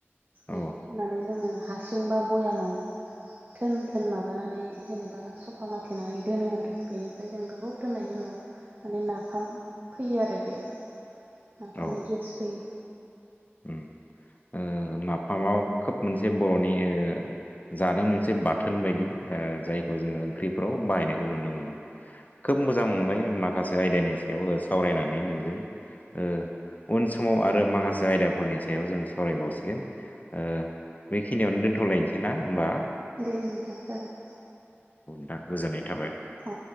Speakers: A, on the left; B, on the right.
A: औ
B: बेखौ माने जों हासुं बा भयामाव थोन थोन माबानानै जेनेबा सफा माथेनानै दोनो आरो बेनि ओमफ्राय जों गोबाव दोननायनि उनाव माने नाफाम फैयो आरो बेयाव नाफामनि
A: औ
B: गेस फैयो
A: उम ओ नाफामाव खोब मोनसे बर'नि ओ जानो मोनसे बाथोन बायदि औ जायखौ जों ओंख्रिफ्राव बाहायनायखौ नुनो मोनो खोब मोजां मोनबाय माखासे आयदानि सायावबो सावरायनानै नोंजों औ उन समाव आरो माखसे आयदा हरनि सायाव जों सावरायबावसिगोन ओ बेखिनियावनो दोनथ'लायनोसै ना होमबा
B: दे नोंथां जागोन
A: दा गोजोननाय थाबाय
B: अ